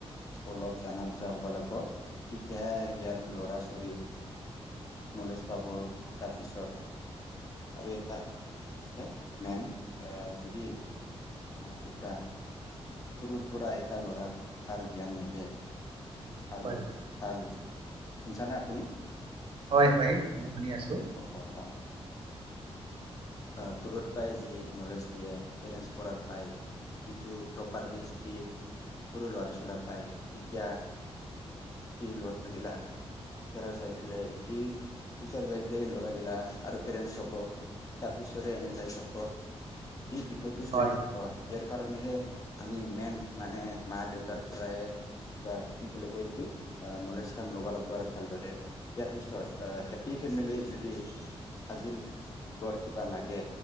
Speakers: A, on the left; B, on the right.
A: অলপ জানা বুজা হ'ব লাগিব তেতিয়াহে ইয়াৰ লৰা ছোৱালী নলেজ পাব তাৰপিছত আৰু এটা আছে মেইন যদি মা দেউতা সৰুৰ পৰা এটা লৰাক ভাল জ্ঞান নিেদে আৰু
B: হয়
A: ভাল শুনিছানে আপুনি
B: হয় হয় মই শুনি আছো
A: অ অ অ অ আহ কুৰত পাই যি নলেজ দিয়ে পেৰেণ্টছ পঢ়াৰ পাই ইটো প্ৰপাৰলি যদি সৰু ল'ৰাৰা চলা পায় তেতিয়া কি লৰাগিলা ফিউচাৰত যাই পেলাই ই ফিউচাৰ যাই পেলাই ল'ৰাগিলা আৰু পেৰেণ্টছ হব তাৰ পিছৰে এনে যাই থাক এই বিষয়টো
B: হয়
A: চলি থাকিব ইয়াৰ কাৰণেহে আমি মেইন মানে মা দেউতাৰ পৰাই কিবা কি বুলি কয় এইটো। নলেজখন ল'ব লাগিব আৰু ভালদৰে ইয়াৰ পিছত হেপী ফেমিলি যদি। আজিৰ যুগৰ কিবা লাগে।